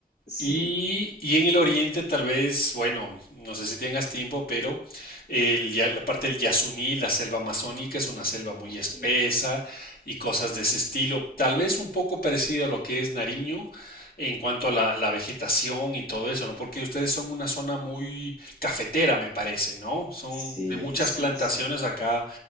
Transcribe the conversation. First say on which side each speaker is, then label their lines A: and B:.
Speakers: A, on the left; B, on the left.
A: Sí.
B: y, y en el oriente tal vez, bueno, no sé si tengas tiempo, pero el ya- la parte del Yasuní, la selva amazónica, es una selva muy
A: Ok.
B: espesa y cosas de ese estilo, tal vez un poco parecido a lo que es Nariño en cuanto a la, la vegetación y todo eso, ¿no? Porque ustedes son una zona muy cafetera, me parece, ¿no? Son
A: Sí,
B: de muchas
A: sí,
B: plantaciones
A: sí.
B: acá,